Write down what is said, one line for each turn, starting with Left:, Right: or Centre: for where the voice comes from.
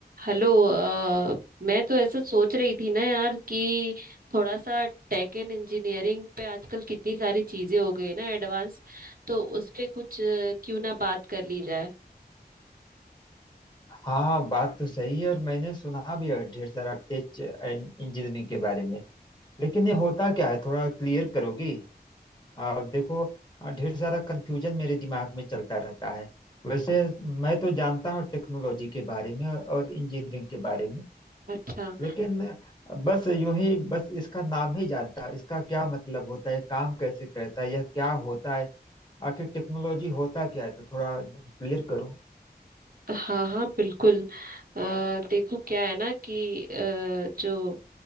Right: हेलो अ, मैं तो ऐसा सोच रही थी ना यार कि थोड़ा सा टेक एंड इंजीनियरिंग पे आजकल कितनी सारी चीजें हो गई है ना एडवांस तो उस पे कुछ अ, क्यों ना बात कर ली जाए
Left: हाँ बात तो सही है और मैंने सुना भी है ढेर सारा टेच एंड इंजीनियरिंग के बारे में लेकिन ये होता क्या है थोड़ा क्लियर करोगी आ, देखो आ, ढेर सारा कंफ्यूजन मेरे दिमाग में चलता रहता है वैसे मैं तो जानता हूँ टेक्नोलॉजी के बारे में और इंजीनियरिंग के बारे में
Right: अच्छा
Left: लेकिन बस यूं ही बस इसका नाम ही जानता इसका क्या मतलब होता है काम कैसे करता है यह क्या होता है आखिर टेक्नोलॉजी होता क्या है तो थोड़ा क्लियर करो
Right: हाँ हाँ बिल्कुल अ, देखो क्या है ना कि अ, जो